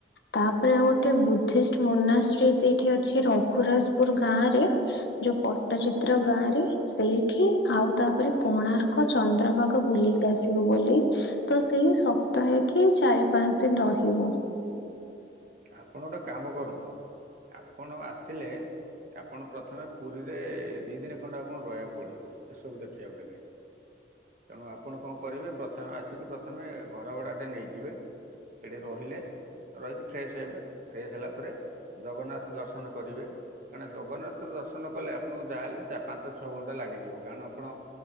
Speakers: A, on the left; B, on the right.
A: ତାପରେ ଆଉ ଗୋଟେ ବୁଧିଷ୍ଟ୍ ମୋନାଷ୍ଟ୍ରୀ ସେଇଠି ଅଛି, ରଘୁରଜପୁର ଗାଁ ରେ ଯୋଉ ପଟ୍ଟଚିତ୍ର ପତ୍ର ଗାଁ ରେ ସେଇଠି ଆଉ ତାପରେ କୋଣାର୍କ ଚନ୍ଦ୍ରଭାଗ ବୁଲିକି ଆସିବୁ ବୋଲି ତ ସେଇ ସପ୍ତାହେ କି ଚାରି ପାଞ୍ଚ ଦିନ ରହିବୁ।
B: ଆପଣ ଗୋଟେ କାମ କରନ୍ତୁ ଆପଣ ଆସିଲେ ଆପଣ ପ୍ରଥମେ ପୁରୀରେ ଦି ଦିନ ଖଣ୍ଡ ଆପଣ ରହିବାକୁ ପଡିବ ଏସବୁ ଦେଖିବାକୁ ଗଲେ ତେଣୁ ଆପଣ କଣ କରିବେ ପ୍ରଥମେ ଆସିକି ପ୍ରଥମେ ଘର ଭଡା ଟା ନେଇଯିବେ ସେଠି ରହିଲେ ରହିକି ଫ୍ରେଶ ହେବେ ଫ୍ରେଶ ହେଲା ପରେ ଜଗନ୍ନାଥ ଦର୍ଶନ କରିବେ କାରଣ ଜଗନ୍ନାଥ ଦର୍ଶନ କଲେ ଆପଣଙ୍କୁ ଯାହାହଲେ ପାଞ୍ଚ ଛଅ ଘଣ୍ଟା ଲାଗିଯିବ କାରଣ ଆପଣ